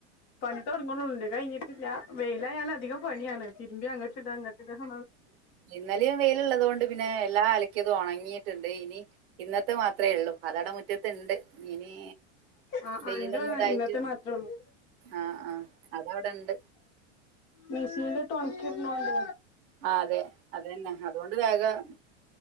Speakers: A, on the left; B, on the right.
A: പണി തുടങ്ങണണ്ട് കഴിഞ്ഞിട്ട് ഞ വെയിലായാൽ അധികം പണിയാണ് ഇന്ത്യ അങ്ങോട്ട്ല്ല എന്നിട്ട് <unintelligible>
B: ഇന്നലും വെയിലള്ളതു കൊണ്ട് പിന്നെ എല്ലാ അലക്ക്യതും ഉണങ്ങിയിട്ടുണ്ട് ഇനി ഇന്നത്തെ മാത്രമേ ഉള്ളൂ അതട മുറ്റത്തണ്ട് ഇനി
A: ആഹ്
B: വെയിലൊന്നും
A: അതിന്റെ
B: ഇതായിട്ട്
A: ഇന്നത്തെ മാത്രേള്ളൂ
B: ആ ആ അതവിടെ ഉണ്ട്
A: മെഷിനിൽറ്റ് ടൊണക്കിടുന്നോണ്ട
B: ആഹ് അതെ അതന്നെ അതുകൊണ്ട് വേഗം